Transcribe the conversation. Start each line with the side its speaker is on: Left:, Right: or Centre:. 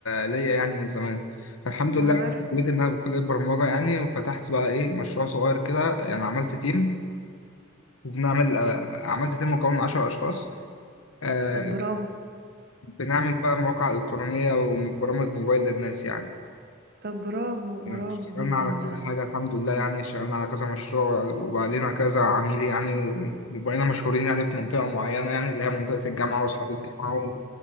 Left: ليا يعني من زمان الحمد لله
Right: انا عارفه
Left: لقيت إن أنا بكلية برمجة يعني وفتحت بقى إيه مشروع صغير كده يعني عملت تيم وبنعمل آه، عملت تيم مكون من 10 أشخاص آه،
Right: طب برافو
Left: بنعمل بقى مواقع إلكترونية وبرامج موبايل للناس يعني
Right: طب برافو برافو
Left: اشتغلنا
Right: جدا
Left: على
Right: يعني
Left: كذا حاجة الحمد لله يعني اشتغلنا على كذا مشروع وبقى لنا كذا عميل يعني وبقينا مشهورين يعني في منطقة معينة يعني اللي هي منطقة الجامعة وأصحاب الجامعة و-